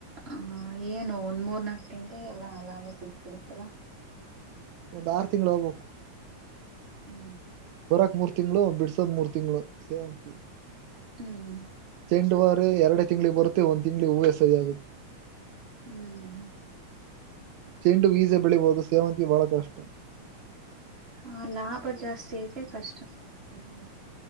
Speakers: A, on the right; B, on the right.
A: ಹ ಏನು ಒಂದ್ ಮೂರ್ನಾಕು ತಿಂಗಳಿಗೆ ಎಲ್ಲಾ ಲಾಭ ಸಿಕ್ಕ್ ಬಿಡುತ್ತಲ್ಲ.
B: ಒಂದ್ ಆರು ತಿಂಗಳು ಹೋಗ್ಬೇಕು.
A: ಹ್ಮ್
B: ಬರಾಕ್ ಮೂರ್ ತಿಂಗಳು ಬಿಡ್ಸದ್ ಮೂರ್ ತಿಂಗಳು ಸೇವಂತಿಗೆ.
A: ಹ್ಮ್
B: ಚೆಂಡುವಾರ ಎರಡು ತಿಂಗಳಿಗೆ ಬರುತ್ತೆ ಒಂದ್ ತಿಂಗಳಿಗೆ ಹೂವ ಸರಿ ಆಗುತ್ತೆ.
A: ಹ್ಮ್
B: ಚಂಡು ಈಜಿ ಬೆಳಿಬಹುದು. ಸೇವಂತಿ ಬಹಳ ಕಷ್ಟ.
A: ಹ ಲಾಭ ಜಾಸ್ತಿ ಐತೆ, ಕಷ್ಟ ಜಾಸ್ತಿ ಐತೆ,